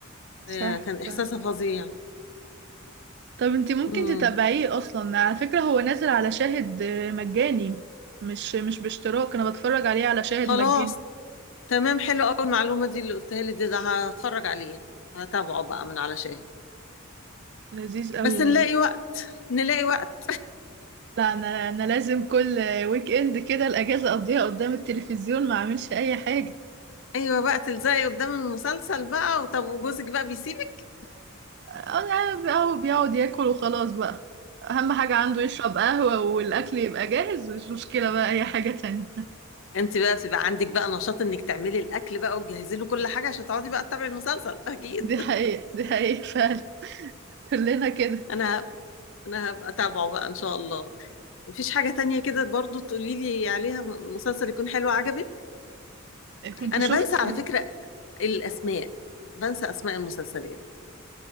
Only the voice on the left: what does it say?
آه، كان احساسها
فظيع
امم
خلاص
تمام حلو قوي المعلومة دي اللي قلتها لي دي ده هتفرج عليه هتابعه بقى من على شاهد
بس
نلاقي وقت نلاقي وقت
<laughs> ايوه بقى تلزقي قدام المسلسل بقى وطب وجوزك بقى بيسيبك
انت بقى بيبقى عندك بقى نشاط انك تعملي الاكل بقى وتجهزي له كل حاجه عشان تقعدي بقى تتابعي المسلسل اكيد
<laughs>
انا ه- انا هبقى اتابعه بقى ان شاء الله مفيش حاجه تانية كده برضو تقولي لي عليها م- مسلسل يكون حلو عجبك
انا
بنسى على فكره الاسماء بنسى اسماء المسلسلات